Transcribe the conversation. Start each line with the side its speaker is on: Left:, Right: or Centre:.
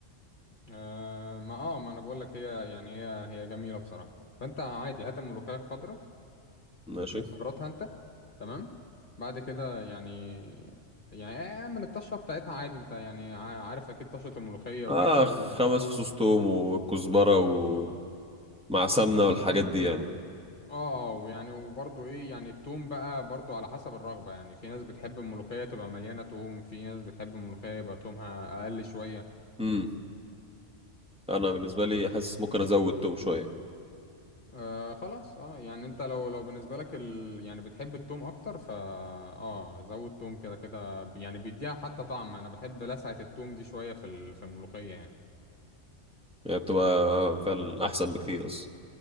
Left: آه ما اه ما انا بقول لك هي يعني هي هي جميلة بصراحة فانت عادي هات الملوخية الخضراء
Centre: ماشي
Left: وخرطها انت تمام بعد كده يعني يعني اعمل الطشة بتاعتها عادي انت يعني ع- عارف اكيد طشة الملوخية وكده
Centre: اه خمس
Left: و...
Centre: فصوص توم والكزبره ومع سمنه والحاجات دي يعني
Left: اه آه، ويعني وبرضه ايه يعني التوم بقى برضه على حسب الرغبة يعني في ناس بتحب الملوخية تبقى مليانة توم في ناس بتحب الملوخية يبقى تومها اقل شوية
Centre: امم انا بالنسبه لي حاسس ممكن ازود توم شويه
Left: آه خلاص اه يعني انت لو لو بالنسبه لك ال... يعني بتحب التوم اكتر فا اه زود توم كده كده يعني بيديها حتى طعم انا بحب لسعه التوم دي شويه في ال... في الملوخيه يعني
Centre: يعني بتبقى فعلا احسن بكتير اصلا